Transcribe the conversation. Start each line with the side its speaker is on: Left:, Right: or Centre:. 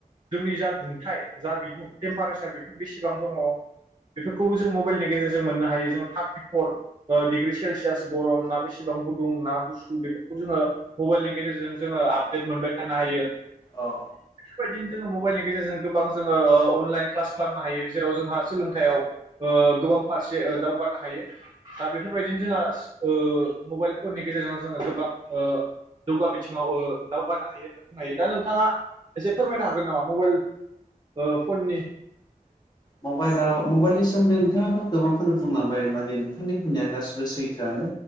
Right: जोंनि जा दुंथाइ जा बिदुं टेम्पारेसार। बेफोर बेसेबां दङ। बेफोरखौबो जों मबाइलनि गेजेरजों मोननो हायो जों थार्टिफर ओ डिग्रि सेलसियास गरम ना बेसेबां। गुदुं ना गुसु बेफोरखौ जोङो मबाइलनि गेजेरजों जोङो आपडेट मोनबाय थानो हायो। बेफोरबायदिनो।
Left: औ
Right: जोङो मबाइलनि गेजेरजों गोबां जोङो ओ अनलाइन क्लास खालामनो हायो जेराव जोंहा सोलोंथायाव ओ गो बां फारसे ओ दावगनो हायो दा बेफोरबायदिनो जोंहा ओ मबाइल फोरनि गेजेरजों। जोङो गोबां ओ जौगा बिथिङाव ओ दावगानो हायो होनना बुंनो हायो दा नोंथाङा। एसे फोरमायनो हागोन नामा मबाइल। ओ फननि
Left: मबाइला मबाइलनिस। सोमोन्दै नोंथाङाथ' गोबांखोनो बुंलांबाय माने नोंथांनि बुंनाया गासिबो सैथोआनो